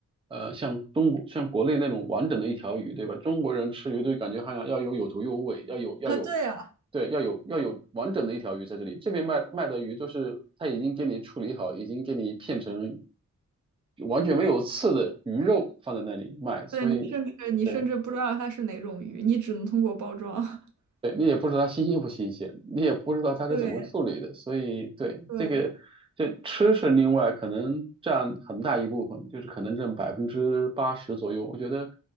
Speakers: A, on the right; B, on the right.
A: 呃像中国像国内那种完整的一条鱼，对吧？中国人吃鱼都感觉好像要有有头有尾，要有要有。
B: 啊，对呀，
A: 对，要有要有完整的一条鱼在这里。这边卖卖的鱼都是他已经给你处理好，已经给你片成完全没有刺的鱼肉放在那里卖，所以。
B: 对，你甚至你甚至不知道它是哪种鱼，
A: 对。
B: 你只能通过包装。<laughs>
A: 对，你也不知道它新鲜不新鲜，你也不知道它是怎么处理的，
B: 对
A: 所以对这个，
B: 对。
A: 这吃是另外可能占很大一部分，就是可能占百分之八十左右。我觉得，